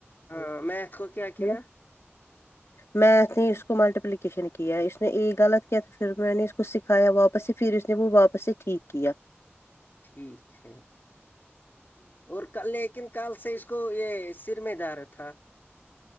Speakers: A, on the left (about 50°); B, on the left (about 80°).
A: ہاں میں اسکو کیا
B: ہے
A: کیا
B: نا۔ میتھ نے اس کو ملٹیپلیکیشن کیا اس نے ایک غلط کیا تو پھر میں نے اس کو کو سیکھایا واپس سے پھر اس نے وہ واپس سے ٹھیک کیا
A: ٹھیک ہے اور کل لیکن کل سے اس کو یہ سر میں درد تھا